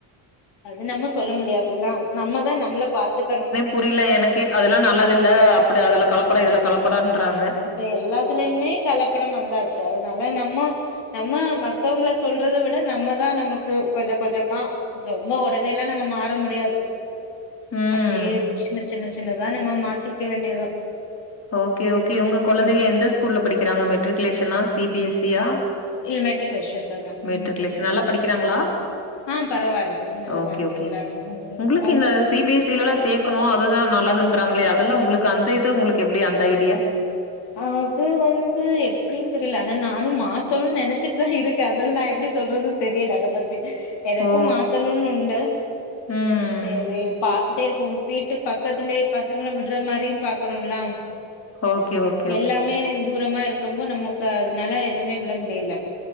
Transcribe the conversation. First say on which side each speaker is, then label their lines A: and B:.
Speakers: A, on the left; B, on the left.
A: அது நம்ம சொல்ல முடியாதுல்லா நம்மதா நம்மள பாத்துக்கணு
B: புரிய்ல எனக்கே அதல்லா நல்லதுல்ல அப்டி அதுல கலப்பட இதுல கலப்படான்றாங்க
A: இப்ப எல்லாத்லயுமே கலப்படம் வந்தாச்சு அதுனால நம்மோ நம்ம மத்தவங்கள சொல்றத விட நம்ம தா நம்மக்கு கொஞ்ச கொஞ்சம்மா ரொம்ப ஒடனேல்லா நம்ம மாற முடியாது
B: ம்.
A: அப்டே சின்ன சின்ன சின்னதா நம்ம மாத்திக்க வேண்டியதா
B: ஓக்கே ஓக்கே ஒங்க கொழந்தைக
A: ம்
B: எந்த ஸ்கூல்ல படிக்குறாங்க மெட்ரிகுலேஷனா சி பி எஸ் சியா
A: இல்ல மெட்ரிகுலேஷன்லதா
B: மெட்ரிகுலேஷன்
A: ம்
B: நல்லா படிக்கிறாங்களா
A: ம் ஆ பரவால்ல நல்ல
B: ஓக்கே
A: மாரி படிக்கிறாங்க
B: ஓக்கே
A: ம்
B: உங்ளுக்கு
A: உங்க
B: இந்த சி பி எஸ் சி ல்லா சேக் க்கணு அதுதா நல்லதுன்றாங்களே அதெல்லா ஒங்களுக்கு அந்த இது ஒங்களுக்கு எப்டி அந்த ஐடியா
A: அது வந்து எப்டின் தெரியல ஆனா நானும் மாத்தணும்னு நினைச்சிட்டு தான் இருக்கேன் அதால்லா நா எப்டி சொல்றது தெரியல அத பத்தி எனக்கும்
B: ஓ!
A: மாத்தணுன் உண்டு
B: ம்.
A: சேரி பாத்துட்டேருக்கோ வீட்டு பக்கத்துலே பக்கத்துலே பசங்கள விட்டுற மாறியு பாக்கணும்லா
B: ஓக்கே ஒக்
A: எல்லாமே தூரம்மா இருக்கம்போ நம்மக்கு அதுனால எதுவுமே விட முடியல்ல